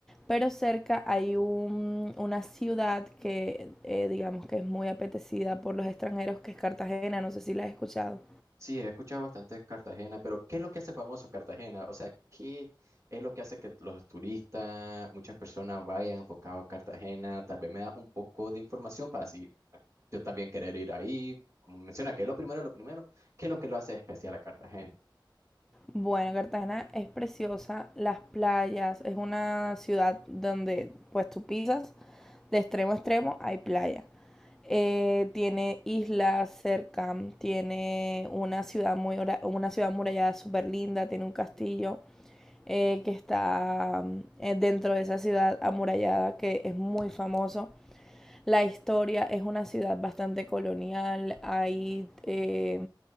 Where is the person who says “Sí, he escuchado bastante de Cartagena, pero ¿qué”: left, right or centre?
Right